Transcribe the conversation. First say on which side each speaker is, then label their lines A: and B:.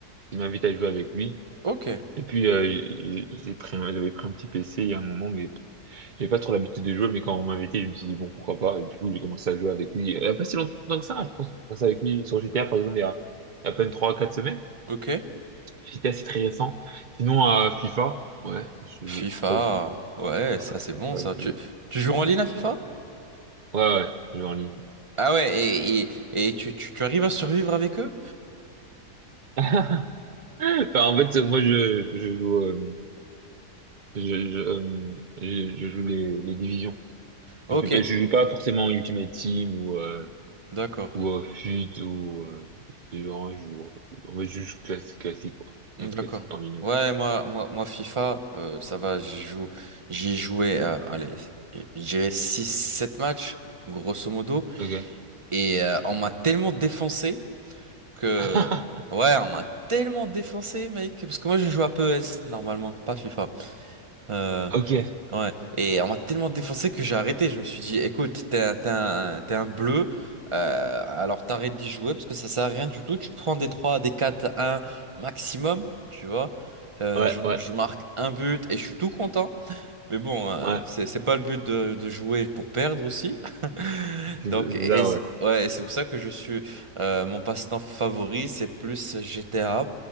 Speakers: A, on the right (about 85°); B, on the right (about 25°).
A: qui m'invite à jouer avec lui.
B: ok,
A: Et puis, euh, j'ai j'ai pris un- j'avais pris un petit PC il y a un moment, mais j'avais pas trop l'habitude de jouer. Mais quand on m'a invité, je me suis dit, bon, pourquoi pas. Et du coup, j'ai commencé à jouer avec lui. Il y a pas si longtemps que ça. hein, Je pense que j'ai commencé avec lui sur GTA, par exemple, il y a à peine trois quatre semaines.
B: ok.
A: GTA, c'est très récent. Sinon, euh, FIFA. Ouais, je,
B: FIFA.
A: FIFA, je,
B: Ouais, ça
A: ouais,
B: c'est bon,
A: FIFA,
B: ça. Tu,
A: je, ouais,
B: tu joues en ligne à FIFA?
A: ouais, je joue en ligne.
B: Ah ouais, et, et, et tu, tu, tu arrives à survivre avec eux?
A: <laughs> Enfin, en fait, moi, je, je joue. euh, Je, je, euh, je- je joue les, les divisions.
B: Ok,
A: Je fais pas, je joue pas forcément Ultimate Team ou euh,
B: d'accord.
A: ou euh, FUT ou euh, c'est vraiment, je joue, on va juste classe, classique quoi,
B: D'accord.
A: mode classique en ligne. ouais.
B: Ouais, moi, moi, moi FIFA, euh, ça va, j'y joue. J'y ai joué, euh, allez, je dirais six sept matchs, grosso modo.
A: Ok.
B: Et euh, on m'a tellement défoncé que...
A: <laughs>
B: Ouais, on m'a tellement défoncé, mec. Parce que moi, je joue à P E S normalement, pas FIFA. Euh,
A: Ok.
B: ouais. Et on m'a tellement défoncé que j'ai arrêté. Je me suis dit, écoute, t'es un, t'es un, t'es un bleu. euh, alors t'arrêtes d'y jouer parce que ça sert à rien du tout. Tu te prends des 3, des quatre, un maximum, tu vois. Euh,
A: Ouais,
B: je,
A: ouais,
B: je marque un but et je suis tout content. Mais bon, euh,
A: ouais.
B: c'est c'est pas le but de, de jouer pour perdre aussi. <laughs>
A: C'est
B: Donc,
A: c'est
B: et
A: ça,
B: c'est
A: ouais.
B: ouais, et c'est pour ça que je suis euh, mon passe-temps favori, c'est plus GTA.